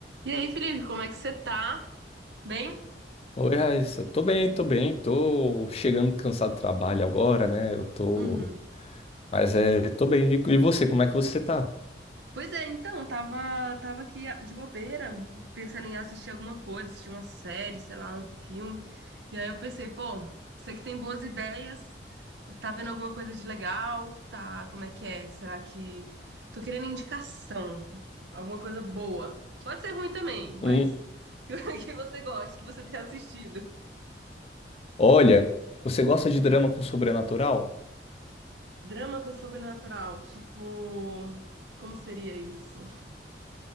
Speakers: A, on the right; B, on the left.
A: E aí, Felipe, como é que você tá? Bem?
B: Oi, Raíssa. Tô bem, tô bem. Tô chegando cansado do trabalho agora, né? Eu tô.
A: Uhum.
B: Mas é, tô bem. E e você, como é que você tá?
A: Pois é, então, tava, tava aqui de bobeira, pensando em assistir alguma coisa, assistir uma série, sei lá, um filme. E aí eu pensei, pô, você que tem boas ideias, tá vendo alguma coisa de legal? Tá, como é que é? Será que. Tô querendo indicação, alguma coisa boa. Pode ser ruim também, mas
B: Hum,
A: <laughs> que, que você goste, que você tenha assistido.
B: olha, você gosta de drama com sobrenatural?
A: Drama com sobrenatural, tipo, como seria isso?